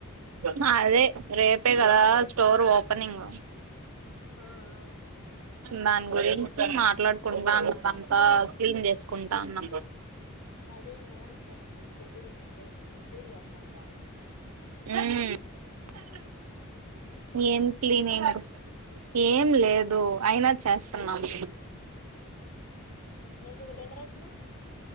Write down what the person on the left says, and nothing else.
ఆ ఆ
అదే మేడం పెట్ పెట్టింది. మెసేజ్లూ పింజేస్తా ఉంట్రా.
ఎందుక్ డెకరేషను